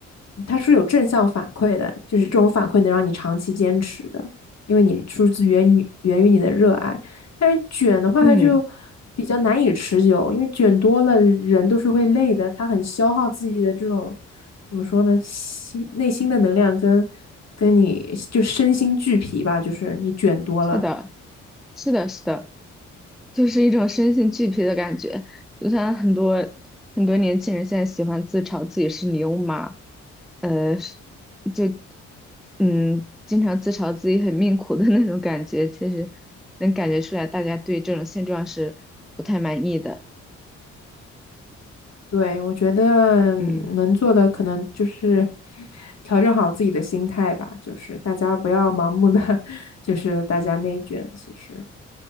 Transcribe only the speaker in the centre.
嗯，
是的。是的，是的，就是一种身心俱疲的感觉。就像很多很多年轻人现在喜欢自嘲自己是牛马，呃，是就嗯，经常自嘲自己很命苦的那种感觉，其实能感觉出来，大家对这种现状是不太满意的。
嗯